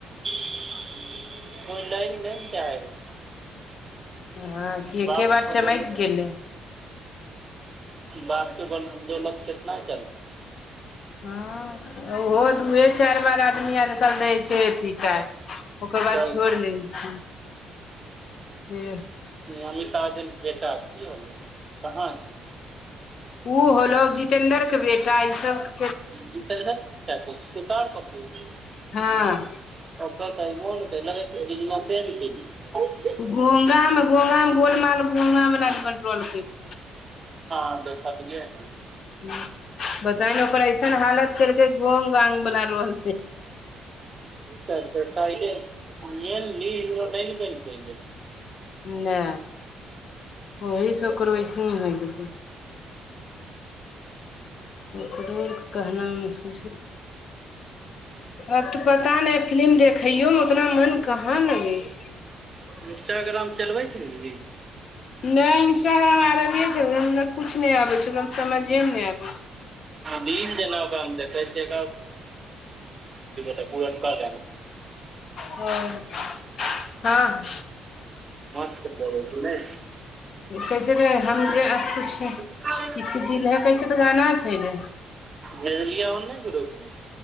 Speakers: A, on the right (about 30°); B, on the left (about 60°).
A: <inaudible> कोइ लै नै ने चाहय।
B: हॅं कि एके
A: बाप
B: बार
A: के बदौलत
B: चमकि गेलै।
A: बाप के बदौलत कितना चलतै।
B: हॅं उहो दुए चारि बार आदमी आनि क दै छै। से अथी <unintelligible> ओकर बाद
A: तब
B: छोड़ि दै छी से
A: इ अमिताभ बच्चन के बेटा कि होलै? कहां?
B: उ होलौ जितेन्द्र के बेटा इ सब
A: जीतेन्द्र के बेटा के तुषार कपूर?
B: हँ
A: <inaudible>
B: गूंगा में - गूंगा में, गोलमाल में गुंगा म लगभग रोल केलकय।
A: हम देखलियै हन।
B: <inaudible> पता नै ओकर ऐसन हालत केलकै गोंग गाग बला रोल
A: त दसइले <unintelligible> नै ने बैनतै।
B: ने ओही सँ ओकर वैसने होइ गेलै। ओकरो ले कहना मुश्किल छै। आ कि पता नै फिलिम देख खैयो मे उतना मन कहाँ लगै छै।
A: इन्स्टाग्राम चलबै छलही?
B: नै इंस्टाग्राम आर अबै छै ओकरा कुछ नै आबै छै ओकरा समझे मे नै आबै छै।
A: नै जेना ओकरा हम देखै छियै त <unintelligible> पुरनका जन्म
B: <inaudible> हँ
A: मास्क लेबै कि नै?
B: कैसे रे हम जे कुछ
A: नै
B: दिल है कैसे तऽ गाना होइ छै रे।
A: भेजलियै हम नै ग्रुप मे, से।